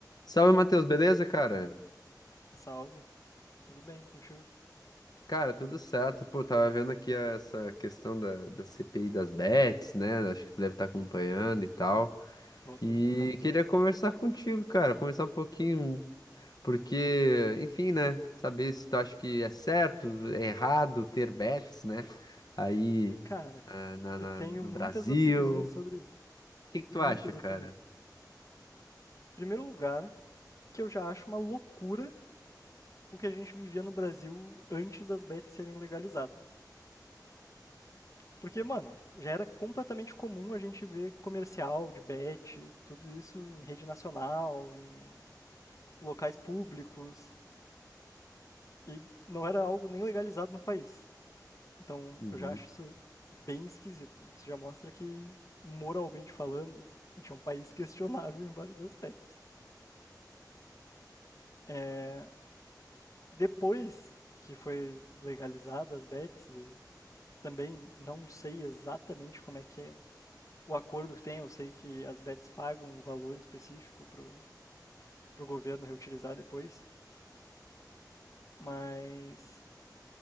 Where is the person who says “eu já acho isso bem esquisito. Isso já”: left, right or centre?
Left